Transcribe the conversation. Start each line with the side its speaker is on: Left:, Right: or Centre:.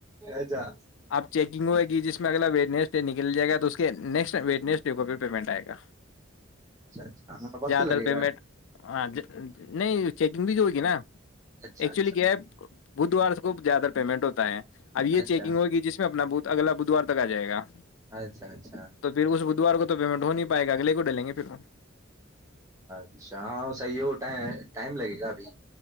Right: اچھا اچھا
Left: آپ چیکنگ ہوئے جس میں اگلا ویٹنسٹ نہیں ل جائے گا تو اس کے نیکسٹ و نسٹ ڈے کو بھی پیمنٹ آئے گا
Right: اچھا ہاں وقت
Left: زیادہ
Right: لگے
Left: تر پیمنٹ
Right: گا
Left: ہاں نہیں چیکنگ بھی جو ہوگی نا
Right: اچھا
Left: ایکچولی
Right: اچھا
Left: کیا ہے بدھوار کو زیاد تر پیمنٹ ہوتا ہے اب یہ
Right: اچھا
Left: چیکنگ ہوگی جس میں اپنا اگلا بدوار تک آ جائے گا
Right: اچھا اچھا
Left: تو پھر اس بدھوار کو تو پیمنٹ ہو نہیں پائے گ اگلے کو ڈلے لے پو
Right: اچھا ہاں صحیح ہو ٹائم لگے بھی